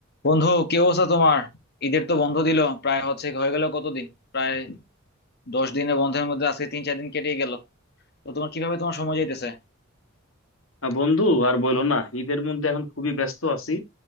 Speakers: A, on the left; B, on the left.
A: বন্ধু কি অবস্থা তোমার ঈদের তো বন্ধ দিল প্রায় হচ্ছে হয়ে গেল কতদিন প্রায় দশ দিনের বন্ধের মধ্যে আজকে তিন চার দিন কেটে গেল তো তোমার কিভাবে তোমার সময় যাইতেছে
B: আহ, বন্ধু আর বলো না ঈদের মধ্যে এখন খুবই ব্যস্ত আছি